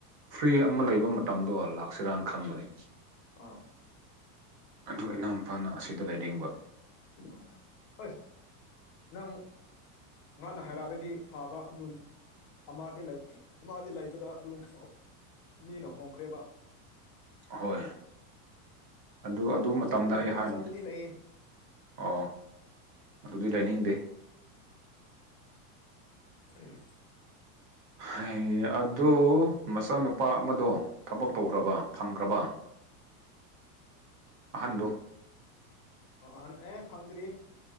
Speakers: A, on the right; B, on the left.
A: ꯐ꯭ꯔꯤ ꯑꯃ ꯂꯩꯕ ꯃꯇꯝꯗꯣ ꯂꯥꯛꯁꯤꯔꯅ ꯈꯟꯕꯅꯤ
B: ꯑꯥ
A: ꯑꯗꯨ ꯏꯅꯥꯎ ꯅꯨꯨꯄꯥꯅ ꯑꯁꯤꯗ ꯂꯩꯅꯤꯡꯕ
B: ꯑꯣ ꯑꯦꯁ ꯅꯪ ꯉꯅ ꯍꯥꯏꯔꯛꯑꯗꯤ ꯐꯥꯕ ꯑꯗꯨ ꯑꯃꯗꯤ ꯂꯩ ꯑꯃꯗꯤ ꯂꯩꯕꯗ ꯑꯗꯨꯝ ꯃꯤꯅ ꯍꯣꯡꯈ꯭ꯔꯦꯕ
A: ꯍꯣꯏ ꯑꯗꯨ ꯑꯗꯨ
B: ꯔꯨꯝ
A: ꯃꯇꯝꯗ
B: ꯑꯆꯧꯕꯗꯤ
A: ꯑꯩ
B: ꯔꯨꯝ
A: ꯍꯥꯏꯕꯅꯤ
B: ꯑꯆꯧꯕꯗꯤ ꯂꯩꯌꯦ
A: ꯑꯣ ꯑꯗꯨꯗꯤ ꯂꯩꯅꯤꯡꯗꯦ
B: ꯎꯝ
A: ꯍꯥꯏ ꯑꯗꯨ ꯃꯆꯥꯅꯨꯄꯥ ꯑꯃꯗꯣ ꯊꯕꯛ ꯇꯧꯈ꯭ꯔꯕ
B: ꯑꯥ
A: ꯐꯪꯈ꯭ꯔꯕ ꯑꯍꯟꯗꯣ
B: ꯑꯣ ꯑꯍꯟ ꯑꯦ ꯐꯪꯗ꯭ꯔꯤ